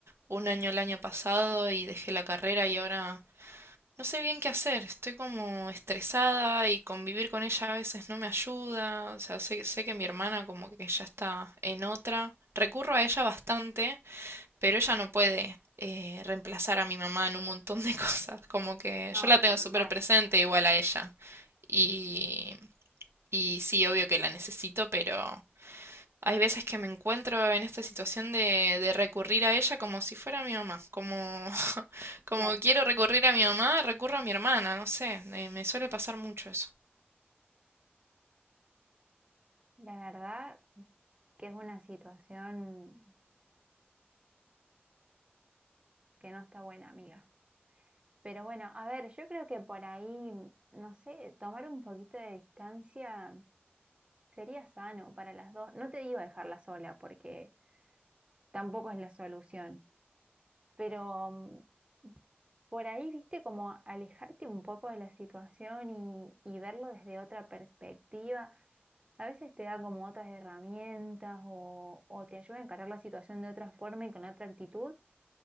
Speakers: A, on the right; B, on the right.
A: un año el año pasado y dejé la carrera y ahora no sé bien qué hacer. Estoy como estresada y convivir con ella a veces no me ayuda. O sea, sé, sé que mi hermana como que ya está en otra. Recurro a ella bastante, pero ella no puede eh, reemplazar a mi mamá en un montón de <laughs> cosas. Como que
B: No,
A: yo la
B: no,
A: tengo súper
B: la,
A: presente igual a ella. Y, y sí, obvio que la necesito, pero hay veces que me encuentro en esta situación de, de recurrir a ella como si fuera mi mamá, como, <laughs> como
B: claro.
A: quiero recurrir a mi mamá, recurro a mi hermana, no sé, eh, me suele pasar mucho eso.
B: La verdad que es una situación que no está buena, amiga. Pero bueno, a ver, yo creo que por ahí, no sé, tomar un poquito de distancia sería sano para las dos. No te digo dejarla sola porque tampoco es la solución Pero mm, por ahí, viste, como alejarte un poco de la situación y, y verlo desde otra perspectiva, a veces te da como otras herramientas o, o te ayuda a encarar la situación de otra forma y con otra actitud